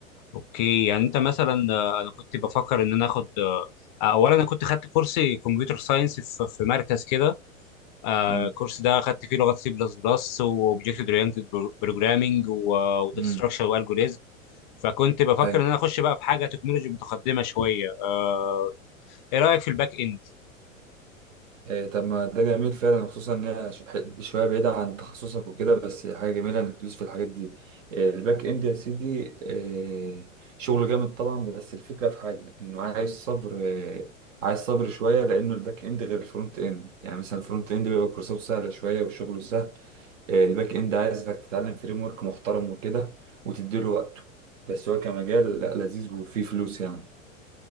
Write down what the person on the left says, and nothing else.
اوكي يعني انت مثلا آه، انا كنت بفكر ان انا اخد آه، آه، اولا انا كنت خدت كورس كمبيوتر ساينس في في مركز كده آه،
الكورس ده خدت فيه لغات سي بلس بلس واوبجكت اورينتد بروجرامنج وداتا
ستراكشر والجوريزم فكنت بفكر
ان انا اخش بقى في حاجه تكنولوجي متقدمه شويه آه، ايه رايك في الباك اند